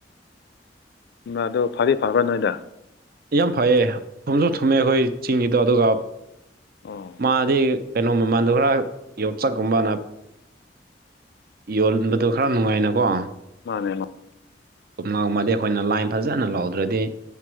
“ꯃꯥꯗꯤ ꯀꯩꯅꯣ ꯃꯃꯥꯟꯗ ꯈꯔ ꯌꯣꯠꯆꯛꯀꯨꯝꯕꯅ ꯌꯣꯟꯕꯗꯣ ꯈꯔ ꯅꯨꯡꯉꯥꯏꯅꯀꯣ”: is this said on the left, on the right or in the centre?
Right